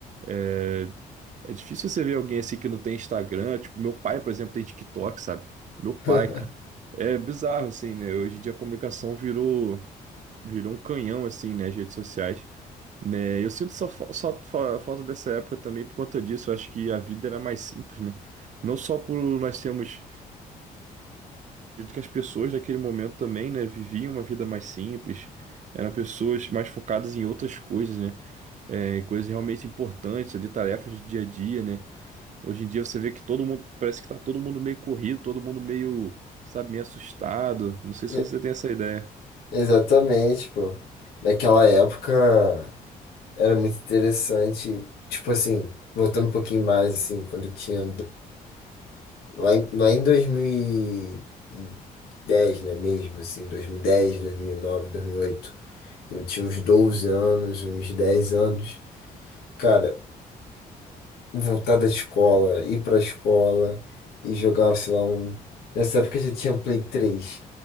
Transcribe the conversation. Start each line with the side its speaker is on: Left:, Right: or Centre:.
Right: É, é difícil você ver alguém assim que não tem Instagram, tipo, meu pai, por exemplo, tem TikTok, sabe? Meu pai,
Left: <laughs>
Right: cara. É bizarro, assim, né? Hoje em dia a comunicação virou, virou um canhão, assim, né? As redes sociais né? Eu sinto só, fa- só fa- falta dessa época também por conta disso. Eu acho que a vida era mais simples, né? Não só por nós sermos, acredito que as pessoas naquele momento também, né, viviam uma vida mais simples. Eram pessoas mais focadas em outras coisas, né? É, em coisas realmente importantes, ali, tarefas do dia a dia, né? Hoje em dia você vê que todo mundo, parece que tá todo mundo meio corrido, todo mundo meio, sabe, meio assustado. Não sei
Left: E-
Right: se você tem essa ideia.
Left: Exatamente, pô. Naquela época era muito interessante. Tipo assim, voltando um pouquinho mais, assim, quando tinha Lá em, lá em dois mil e dez, né, mesmo, assim, dois dois mil mil dez, dois mil e nove, 2010, 2009, oito, eu tinha uns 12 anos, uns 10 anos. Cara, voltar da escola, ir pra escola e jogar, sei lá, um. Nessa época eu já tinha um Play três,